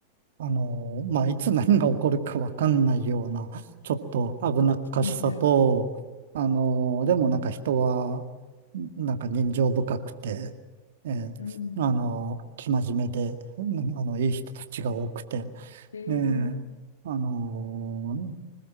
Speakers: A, on the right; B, on the left.
A: あ、あの、まあ、いつ何が起こるかわかんないような、ちょっと危なっかしさと、
B: 危険が。
A: あの、でもなんか人は、なんか人情深くて、えーあの、
B: うん。
A: 生真面目で、うんあの、いい人たちが多くて、
B: えー、
A: ねえ、あの、